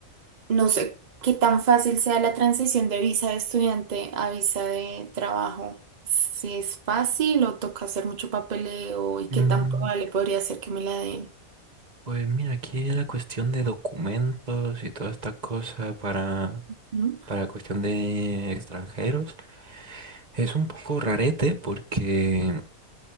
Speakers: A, on the right (about 55°); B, on the right (about 30°).
A: no sé qué tan fácil sea la transición de visa de estudiante a visa de trabajo. Si es fácil o toca hacer mucho papeleo y
B: Mm,
A: qué tan probable podría ser que me la den.
B: Pues mira, aquí la cuestión de documentos y toda esta cosa para,
A: ¿Mm?
B: para cuestión de extranjeros es un poco rarete porque